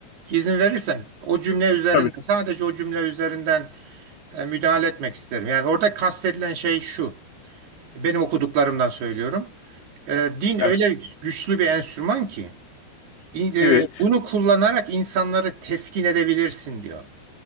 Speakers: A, on the right (about 65°); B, on the left (about 55°).
A: İzin verirsen o cümle üzerinden
B: tabii.
A: sadece o cümle üzerinden e, müdahale etmek isterim. Yani orada kastedilen şey şu. Benim okuduklarımdan söylüyorum. E, din
B: Evet.
A: öyle güçlü bir enstrüman ki in- e,
B: Evet.
A: bunu kullanarak insanları teskin edebilirsin diyor.